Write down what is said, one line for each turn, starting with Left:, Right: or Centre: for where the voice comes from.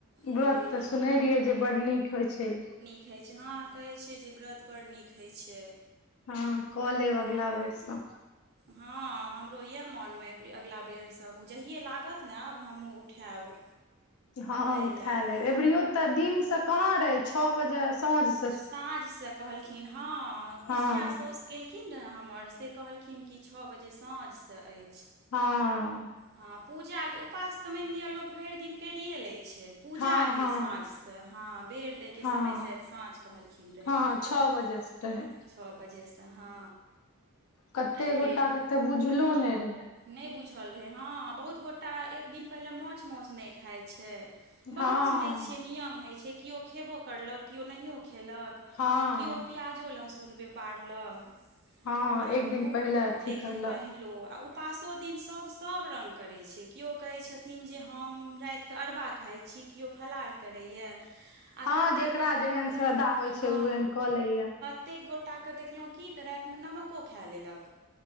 Right: एहि
Left: गप
Right: लेल
Left: तऽ सुनने रहियै जे बड नीक होइ छै।
Right: कहै छै, हँ कहै छै जे व्रत बड़ नीक होइत छै।
Left: हँ क लेब
Right: हँ
Left: अगला बेर से।
Right: हँ हमरो इएह मोन मे अइ जे गिला बेरसँ हम, जहिए लागत ने हमहूँ उठायब
Left: हँ
Right: एहि
Left: उठाय
Right: लए
Left: लेबै,
Right: कऽ
Left: ऐबेरियो तऽ दिन से कहाँ रहै, छओ बजे साँझ से
Right: साँझ स कहलखिन हँ, पिसिया
Left: हँ
Right: सौस केलखिन रहे हमर से कहलखिन कि छओ बजे साँझ से अछि।
Left: हँ।
Right: हँ पूजा के, उपास तऽ मानि लिअ लोक भरि दिन करिए लैत छै, पूजा
Left: हँ
Right: रहै
Left: हँ
Right: साँझ से त हाँ बेर दै के
Left: हँ
Right: समय शायद सांझ कहलखिन रहै।
Left: हँ छओ बजेसँ रहै
Right: छ बजे से हँ।
Left: कते
Right: एहि
Left: गोटा
Right: लेल
Left: के ते बुझलो नै रहै।
Right: नहि बुझल रहै हँ बहुत गोटा एक दिन पहिले माछ मौस नै खाइ छै
Left: हँ
Right: बहुत सुनै छियै नियम होइत छै, किओ खयबो केलक किओ नहिओ खेलक।
Left: हँ
Right: किओ प्याजो लहसुन बे बारलक।
Left: हँ
Right: आरो
Left: एक दिन पहिले अथी
Right: एक
Left: करलक
Right: दिन पहिलेओ, आ उपासो दिन सभ सभ रंग करै छै केओ कहै छथिन जे हम राति कऽ अरबा खाइ छी कियो फलहार करैए
Left: हँ
Right: कतेक
Left: जेकरा
Right: गोटाके
Left: जेहन श्रद्धा होइ
Right: हँ
Left: छै ओहन कऽ लैये।
Right: कतेक गोटाके देखलहुँ की तऽ रातिमे नमको खा लेलक।